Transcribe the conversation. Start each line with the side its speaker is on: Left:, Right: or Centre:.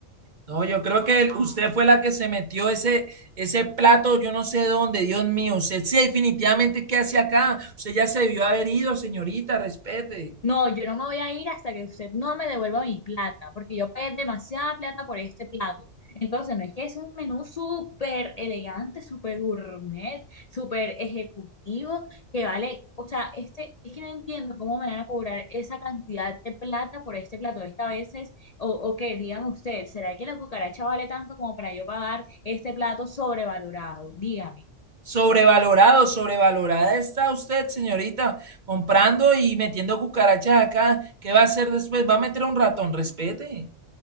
Right: No, yo creo que el- usted fue la que se metió ese, ese plato, yo no sé dónde, Dios mío. Usted sí, definitivamente, ¿qué hace acá? Usted ya se debió haber ido, señorita, respete.
Left: No, yo no me voy a ir hasta que usted no me devuelva mi plata, porque yo pagué demasiada plata por este plato. Entonces, no es que es un menú súper elegante, súper gourmet, súper ejecutivo, que vale, o sea, este, es que no entiendo cómo me van a cobrar esa cantidad de plata por este plato. Es que a veces, o, o que dígame usted, ¿será que la cucaracha vale tanto como para yo pagar este plato sobrevalorado? Dígame,
Right: Sobrevalorado, sobrevalorada está usted, señorita, comprando y metiendo cucarachas acá. ¿Qué va a hacer después? ¿Va a meter un ratón? Respete.